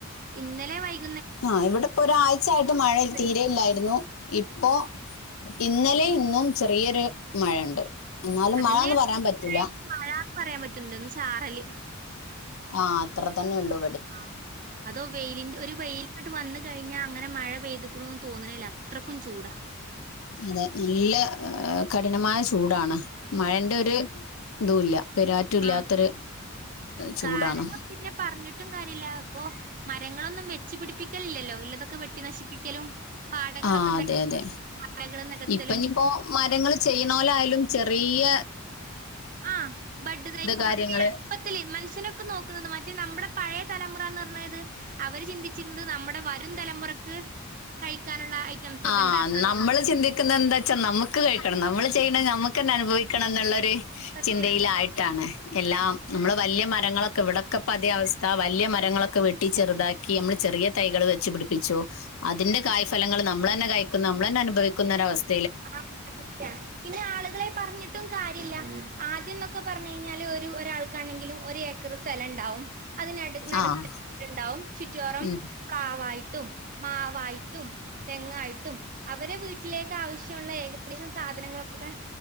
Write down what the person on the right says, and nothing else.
ഇന്നലെ വൈ-
പെയ്തു
അതന്നെ
ക്യത്യായിട്ട്
മഴന്ന് പറയാൻ പറ്റില്ല ഒന്ന് ചാറല്
ആ അതോ വെയിലിന്റെ ഒരു വെയിലിങ്ങോട്ട് വന്ന് കഴിഞ്ഞാ അങ്ങനെ മഴ പെയ്തുക്കുണുന്ന് തോന്നണല്യാ അത്രക്കും ചൂടാ
ആ
കാരണം പിന്നെ പറഞ്ഞിട്ടും കാര്യല്ല ഇപ്പൊ മരങ്ങ- ങ്ങളൊന്നും വെച്ചു പിടിപ്പിക്കലില്ലല്ലോ ഇല്ലതൊക്കെ വെട്ടി നശിപ്പിക്കലും പാടങ്ങളൊക്കെ
നികത്തി
മലകള് നികത്തലും
ആ ബഡ് തൈ
എളുപ്പത്തില് മനുഷ്യനൊക്കെ നോക്കുന്നത് മറ്റേ നമ്മുടെ പഴയ തലമുറ എന്ന് പറഞ്ഞത് അവര് ചിന്തിച്ചിരുന്നത് നമ്മുടെ വരും തലമുറക്ക് കഴിക്കാനുള്ള ഐറ്റംസ് ഒക്കെ
ഉണ്ടാക്കാന്നുള്ളത്
സത്യാണ്
ഉം.
ആ പിന്നെ ആളുകളെ പറഞ്ഞിട്ടും കാര്യല്ല ആദ്യം എന്നൊക്കെ പറഞ്ഞു കഴിഞ്ഞാല് ഒരു ഒരാൾക്കാണെങ്കിലും ഒരു ഏക്കർ സ്ഥലം ഉണ്ടാവും അതിന നടക്കട്ടുണ്ടാവും
ചുറ്റിയോറം
പ്ലാവായിട്ട് ട്ടും മാവായിട്ടും തെങ്ങായിട്ടും അവരെ വീട്ടിലേക്ക് ആവശ്യ- ത്തിനുള്ള ഏകദേശം സാധനങ്ങളൊക്കെ